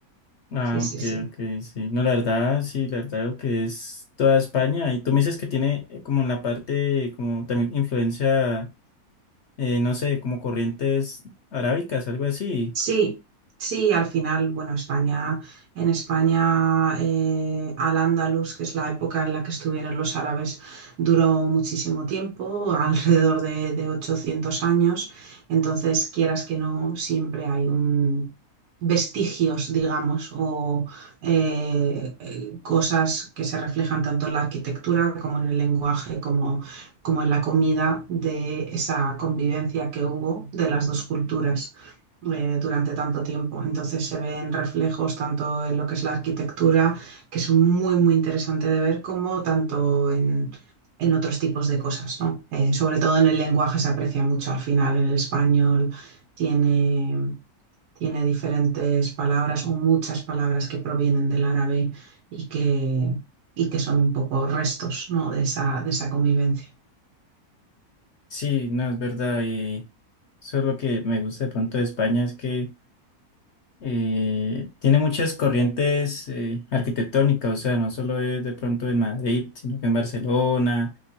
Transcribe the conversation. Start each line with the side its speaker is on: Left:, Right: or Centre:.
Left: Ah,
Right: sí, sí,
Left: ok,
Right: sí.
Left: ok, sí. No, la verdad, sí, la verdad lo que es toda España. Y tú me dices que tiene eh, como la parte, como también influencia, eh, no sé, como corrientes arábicas, algo así.
Right: Sí, sí, al final, bueno, España, en España, eh, Al-Ándalus, que es la época en la que estuvieron los árabes, duró muchísimo tiempo, <laughs> alrededor de, de 800 años. Entonces, quieras que no, siempre hay un vestigios, digamos, o eh, eh, cosas que se reflejan tanto en la arquitectura como en el lenguaje, como, como en la comida de esa convivencia que hubo de las dos culturas eh, durante tanto tiempo. Entonces se ven reflejos tanto en lo que es la arquitectura, que es muy, muy interesante de ver, como tanto en, en otros tipos de cosas, ¿no? Eh, sobre todo en el lenguaje se aprecia mucho. Al final el español tiene, tiene diferentes palabras o muchas palabras que provienen del árabe y que, y que son un poco restos, ¿no? de esa, de esa convivencia.
Left: Sí, no, es verdad. Y eso es lo que me gusta de pronto de España, es que eh, tiene muchas corrientes eh, arquitectónicas, o sea, no solo es de pronto en Madrid, sino que en Barcelona,